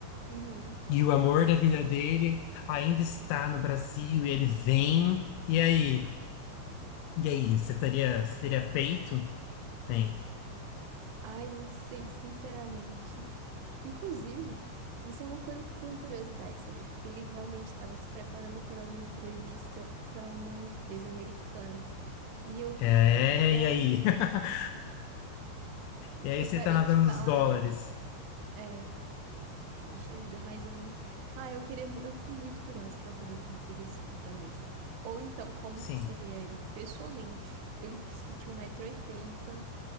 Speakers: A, on the right; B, on the left.
A: Uhum.
B: e o amor da vida dele ainda está no Brasil e ele vem. E aí? E aí? Você teria, você teria peito? Tem.
A: Ai, não sei, sinceramente. Inclusive, isso é uma coisa que eu tenho curiosidade de saber, porque ele realmente estava se preparando para uma entrevista para uma empresa americana. E eu,
B: É,
A: é,
B: e aí? <laughs> E aí
A: eu
B: você
A: parei
B: tá nadando
A: de falar
B: nos dólares?
A: antes. É. Poxa vida, mas eu não. Ah, eu queria. mu- Eu fico muito curiosa pra saber como teria sido também, sabe? Ou então, como
B: Sim.
A: que seria ele pessoalmente? Ele disse que tinha um metro e oitenta